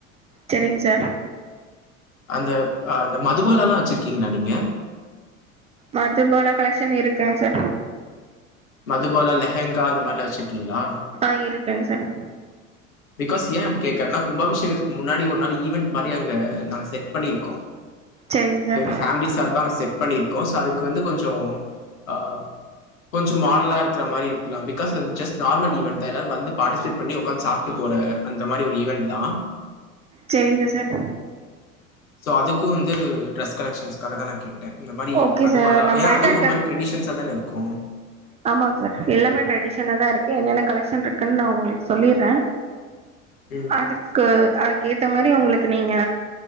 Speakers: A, on the right (about 15°); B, on the left (about 75°).
A: செரிங்க சார்
B: அந்த அந்த மதுபாலாலா வச்சிருக்கீங்ளா நீங்க
A: மதுபாலா கலெக்ஷன் இருக்குங் சார்
B: மதுபாலா லெஹெங்கா அந்த மாரிலா வெச்சிருக்கீங்ளா
A: அ இருக்குங் சார்
B: பிகாஸ் ஏ அப்டி கேக்றன்னா கும்பாபிஷேகத்துக்கு முன்னாடி ஒரு நாள் ஈவெண்ட் மாரி அங்க நாங்க செ பண்ணியிருக்கோ
A: செரிங்க சார்
B: எங்க ஃபேமிலி சார்பா அங்க செட் பண்ணியிருக்கோ ஸோ அதுக்கு வந்து கொஞ்சோ அ கொஞ்சோ மாடலா இருக்ற மாரி பிகாஸ் அது ஜஸ்ட் நார்மல் ஈவென்ட் தா எல்லாரு வந்து பார்டிசிபேட் பண்ணி ஒக்காந்து சாப் விட்டுப் போற அந்த மாரி ஒரு ஈவென்ட் தா
A: சரிங்க சார்
B: சோ அதுக்கு வந்து ட்ரஸ் கலெக்ஷன்ஸ்க்காக தா நா கேட்ட இந்த மாரி
A: ஓகே
B: மதுபாலா
A: சார் நம்மள்ட்ட
B: ஏ அதுவு ஒரு மாரி ட்ரெடிஷன்ஸ்ஸா தான இருக்கு
A: ஆமாங் சார் எல்லாமே ட்ரடிஷனா தா இருக்கு என்னென்ன கலெக்ஷன் இருக்குன்னு நா உங்களுக்கு சொல்லிறே
B: ம்.
A: அதுக்கு அதுக்கேத்த மாரி உங்களுக்கு நீங்க